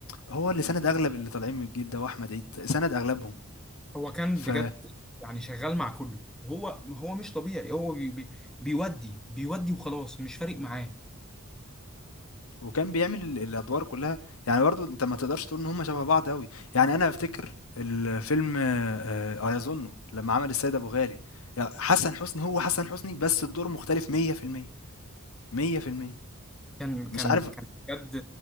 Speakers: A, on the left (about 80°); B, in the centre.
A: هو اللي سَنَد أغلب اللي طالعين من الجيل ده وأحمد عيد، سَنَد أغلبهم،
B: هو كان
A: ف
B: بجد يعني شغال مع كله هو هو مش طبيعي هو بي بي بيودي بيودي وخلاص مش فارق معاه
A: وكان بيعمل ال الأدوار كلّها، يعني برضه أنت ما تقدرش تقول إن هُم شبه بعض أوي، يعني أنا أفتكر الفيلم آآ أيَظُنُّ لمّا عمل السيد أبو غالي، ي حسن حسني هو حسن حسني بس الدور مختلف 100%، 100%،
B: كان كان
A: مش عارف
B: كان بجد